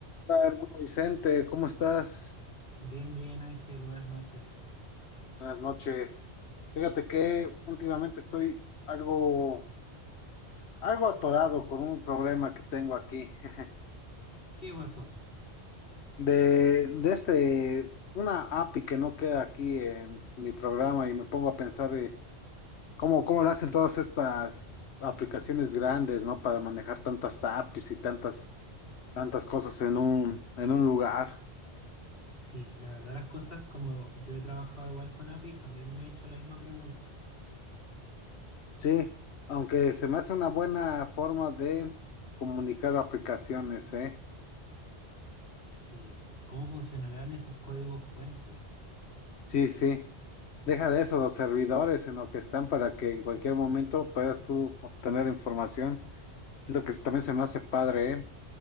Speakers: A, on the left; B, on the left.
A: Hola, hermano Vicente, ¿cómo estás?
B: Bien, bien, Ángel, buenas noches.
A: Buenas noches. Fíjate que últimamente estoy algo, algo atorado con un problema que tengo aquí. <laughs>
B: ¿Qué pasó?
A: De, de este, una API que no queda aquí en mi programa y me pongo a pensar de cómo, cómo lo hacen todas estas aplicaciones grandes, ¿no? Para manejar tantas APIs y tantas, tantas cosas en un, en un lugar.
B: Sí, la verdad las cosas, como yo he trabajado igual con APIs, también me he hecho la misma pregunta.
A: Sí, aunque se me hace una buena forma de comunicar aplicaciones, ¿eh?
B: Sí, ¿cómo funcionarán esos códigos fuentes?
A: Sí, sí. Deja de eso, los servidores en lo que están para que en cualquier momento puedas tú obtener información. Siento que también se me hace padre, ¿eh?